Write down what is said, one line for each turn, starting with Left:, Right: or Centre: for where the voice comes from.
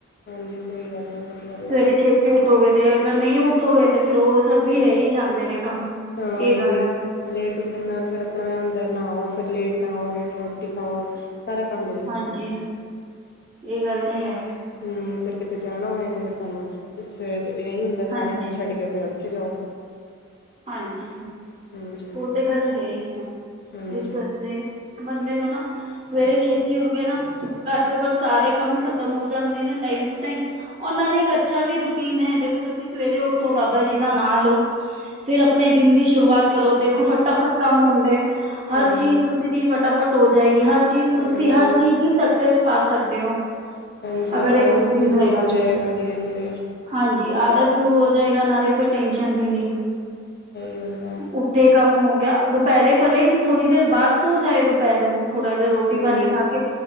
Left: ਹਾਂਜੀ ਸ‌ਈ ਗੱਲ ਆ-ਸਈ ਗੱਲ
Right: ਸਵੇਰੇ
Left: ਆ।
Right: ਛੇਤੀ ਉੱਠੋਗੇ ਤੇ ਅਗਰ ਨਈ ਉੱਠੋਗੇ ਤੇ ਫੇਰ ਓ ਸਭ ਬੀ ਰੈ ਈ ਜਾਂਦੇ ਨੇ ਕੰਮ।
Left: ਹਾਂ
Right: ਇਹ ਗੱਲ
Left: ਲੇਟ-
Right: ਹੈ
Left: ਲੇਟ ਉੱਠਣ ਨਾਲ ਫੇਰ ਆਪਣਾ ਏ ਹੁੰਦਾ, ਨਾਓ -ਫੇਰ ਲੇਟ ਨਾਓ, ਲੇਟ ਰੋਟੀ ਖਾਓ। ਸਾਰਾ ਕੰਮ ਲੇਟ।
Right: ਹਾਂਜੀ
Left: ਹੋ ਜਾਂਦਾ ਹੈ
Right: ਏ ਗੱਲ ਤਾਂ ਹੈ।
Left: ਹੂੰ ਫੇਰ ਕਿਤੇ ਜਾਣਾ ਹੋਵੇ ਤੇ ਫੇ- ਤਾਨੂੰ ਉਥੇ ਏਹੀ ਹੁੰਦਾ ਸਾਰੇ
Right: ਹਾਂਜੀ
Left: ਕੰਮ ਛੱਡ ਕੇ ਫਿਰ ਓਥੇ ਜਾਓ।
Right: ਹਾਂਜੀ
Left: ਹਾਂਜੀ,
Right: ਓ ਤੇ ਗਲ ਹੈਈ ਹੈ
Left: ਹਾਂਜੀ
Right: ਇਸ ਵਸਤੇ- ਬੰਦੇ ਨੂੰ ਨਾ ਸਵੇਰੇ ਛੇਤੀ ਉਠ ਕੇ ਨਾ ਘੱਟ ਤੋਂ ਘੱਟ ਸਾਰੇ ਕੰਮ ਖਤਮ ਹੋ ਜਾਂਦੇ ਨੇ ਟਾਈਮ ਟੂ ਟਾਈਮ। ਓਨਾ ਲਈ ਇੱਕ ਅੱਛਾ ਵੀ ਰੂਟੀਨ ਐ। ਵੇਖੋ ਤੁਸੀਂ ਸਵੇਰੇ ਉੱਠੋ ਬਾਬਾ ਜੀ ਦਾ ਨਾਂ ਲਓ। ਫੇਰ ਆਪਣੇ ਦਿਨ ਦੀ ਸ਼ੁਰੂਆਤ ਕਰੋ ਦੇਖੋ ਫਟਾਫਟ ਕੰਮ ਹੁੰਦੇ।
Left: ਸਹੀ
Right: ਹਰ
Left: ਗੱਲ
Right: ਚੀਜ਼ ਤੁਸੀਂ
Left: ਹੈ,
Right: ਦੀ ਫਟਾਫਟ ਹੋ ਜਾਏਗੀ। ਹਰ ਚੀਜ਼ ਤੁਸੀਂ
Left: ਹਾਂਜੀ,
Right: -ਹਰ ਚੀਜ਼- ਸਕਸੈਸ ਪਾ ਸਕਦੇ ਓ।
Left: ਹਾਂਜੀ
Right: ਅਗਰ ਇੱਕ
Left: ਆਲਸ
Right: ਰੂਟੀਨ
Left: ਵੀ ਦੂਰ
Right: ਹੋਏਗਾ
Left: ਹੋ
Right: ਤਾਂ।
Left: ਜਾਏਗਾ ਧੀਰੇ-ਧੀਰੇ
Right: ਹਾਂਜੀ ਆਲਸ ਦੂਰ ਹੋ- ਜਾਏਗਾ ਨਾਲੇ ਫਿਰ ਟੈਨਸ਼ਨ ਵੀ ਨੀ।
Left: ਸਈ ਗੱਲ ਐ।
Right: ਉੱਠੇ ਕੰਮ ਹੋ ਗਿਆ। ਦੁਪੈਰੇ ਪਲੇ ਈ ਥੋੜੀ ਦੇਰ ਬਾਅਦ ਸੋ ਜਾਏ ਦ- ਦੁਪੈਰ ਨੂੰ ਥੋੜਾ ਜਿਆ ਰੋਟੀ
Left: ਹੂੰ,
Right: ਪਾਣੀ ਖਾ ਕੇ।